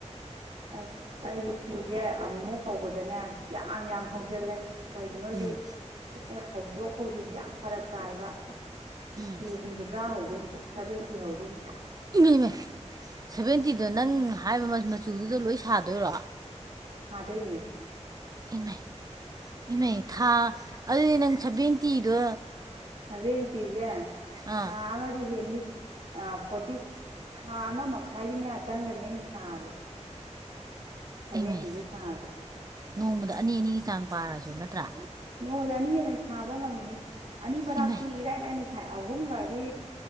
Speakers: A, on the right (about 65°); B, on the right (about 30°).
A: ꯑꯁ ꯑꯩꯗꯤ ꯐꯤꯁꯦ ꯑꯃꯃꯨꯛ ꯍꯧꯕꯗꯅꯦ ꯌꯥꯝ ꯌꯥꯝ ꯍꯧꯖꯤꯜꯂꯦ ꯀꯩꯒꯤꯅꯣꯗꯤ
B: ꯎꯝ
A: ꯑꯦ ꯍꯧꯗꯣꯛ ꯍꯧꯖꯤꯟꯁꯦ ꯌꯥꯝ ꯐꯔꯛ ꯇꯥꯏꯌꯦꯕ
B: ꯎꯝ
A: ꯐꯤ ꯍꯨꯝꯐꯨꯇꯔꯥ ꯍꯧꯗꯣꯏꯅꯤ ꯁꯦꯚꯦꯟꯇꯤ ꯍꯧꯗꯣꯏꯅꯤ
B: ꯏꯃꯩ ꯏꯃꯩ ꯁꯚꯦꯟꯇꯤꯗꯣ ꯅꯪ ꯍꯥꯏꯕ ꯃꯆꯨꯗꯨꯗ ꯂꯣꯏ ꯁꯥꯗꯣꯏꯔꯣ
A: ꯁꯥꯗꯩꯅꯦ
B: ꯏꯃꯩ ꯏꯃꯩ ꯊꯥ ꯑꯗꯤ ꯅꯪ ꯁꯕꯦꯟꯇꯤꯗꯣ
A: ꯁꯚꯦꯟꯇꯤꯖꯦ
B: ꯑꯥ
A: ꯊꯥ ꯑꯃꯗꯤ ꯍꯦꯟꯅꯤ ꯑ ꯐꯣꯔꯇꯤ ꯊꯥ ꯑꯃ ꯃꯈꯥꯏꯒꯤ ꯃꯌꯥ ꯆꯪꯒꯅꯤ ꯑꯩꯅ ꯁꯥꯕꯗ ꯁꯚꯦꯟꯇꯤꯁꯦ
B: ꯏꯃꯥꯏ
A: ꯁꯥꯕꯗ
B: ꯅꯣꯡꯃꯗ ꯑꯅꯤ ꯑꯅꯤꯒꯤ ꯆꯥꯡ ꯄꯥꯔꯁꯨ ꯅꯠꯇ꯭ꯔꯥ
A: ꯅꯣꯡꯃꯗ ꯑꯅꯤ ꯍꯅ ꯁꯥꯕ ꯉꯝꯃꯤꯍꯦ ꯑꯅꯤ ꯃꯅꯥꯥꯛꯛꯇꯤ
B: ꯏꯃꯩ
A: ꯏꯔꯥꯏ ꯂꯥꯏꯅ ꯁꯥꯏ ꯑꯍꯨꯝꯒꯗꯤ